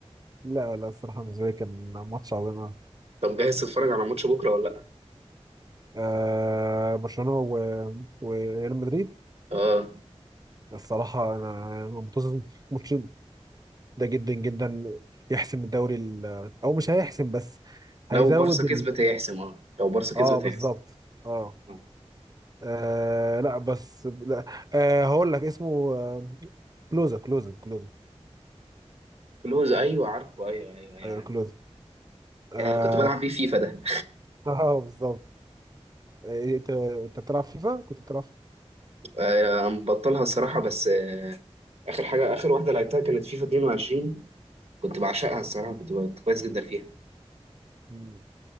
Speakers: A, on the right; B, on the right.
A: لا لا الصراحه بالنسبه لي كان ماتش عظيم
B: طب جاهز تتفرج على ماتش بكرة ولا لأ؟
A: آه، برشلونه و- وريال مدريد
B: آه
A: الصراحه انا منتظر الماتش ده جدا جدا يحسم الدوري ال- او مش هيحسم بس
B: لو
A: هيزود
B: بارسا كسبت هيحسم اه لو بارسا كسبت
A: اه بالظبط
B: هيحسم
A: اه
B: آه.
A: آه، لا بس لا آه هقول لك اسمه آه، كلوزا كلوزا كلوزا
B: كلوز أيوه عارفه أيوه أيوه أيوه,
A: ايوه
B: أيوه.
A: كلوزا اه,
B: آه كنت بلعب بيه فيفا ده
A: <laughs> آه بالظبط آه، انت انت بتلعب فيفا كنت بتلعب فيفا؟
B: <laughs> آه مبطلها الصراحة بس آه آخر حاجة آخر واحدة لعبتها كانت فيفا 22 كنت بعشقها الصراحة كنت كنت كويس جدا فيها
A: مم.